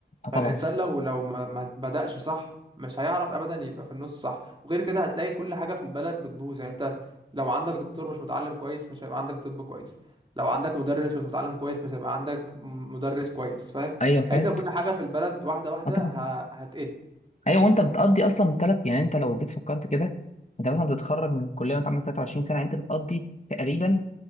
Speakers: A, on the right; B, on the left.
A: فالانسان
B: طبعا
A: لو لو ما ما بدأش صح مش هيعرف ابدا يبقى في النص صح وغير كده هتلاقي كل حاجة في البلد بتبوظ يعني انت لو عندك دكتور مش متعلم كويس مش هيبقى عندك طب كويس لو عندك مدرس مش متعلم كويس مش هيبقى عندك م- مدرس كويس فاهم
B: ايوه فاهم
A: هيبدأ كل حاجة في البلد واحدة واحدة
B: اه طبعا
A: ه- هتقل
B: ايوه وانت بتقضي اصلا ثلاث يعني انت لو جيت فكرت كده انت مثلا بتتخرج من الكليه وانت عندك 23 سنه يعني انت بتقضي تقريبا